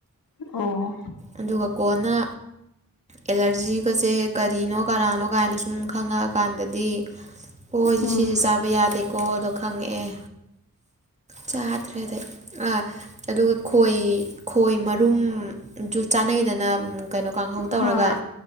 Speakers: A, on the left; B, on the right.
A: ꯑꯣ
B: ꯑꯗꯨꯒ ꯀꯣꯟꯅ ꯑꯦꯂꯔꯖꯤꯒꯁꯦ ꯀꯔꯤꯅꯣ ꯀꯅꯥꯅꯣ ꯀꯥꯏꯅ ꯁꯨꯝ ꯈꯪꯉꯛꯑꯀꯥꯟꯗꯗꯤ ꯍꯣꯏꯁꯦ
A: ꯎꯝ
B: ꯁꯤꯁꯦ ꯆꯥꯕ ꯌꯥꯗꯦꯀꯣ ꯑꯗꯣ ꯈꯪꯉꯛꯑꯦ ꯆꯥꯗ꯭ꯔꯗꯦ ꯑ ꯑꯗꯨꯒ ꯈꯣꯏ ꯈꯣꯏ ꯃꯔꯨꯝꯁꯨ ꯆꯥꯅꯩꯗꯅ ꯀꯩꯅꯣ ꯀꯥꯡꯍꯧ
A: ꯍꯣꯏ
B: ꯇꯧꯔꯒ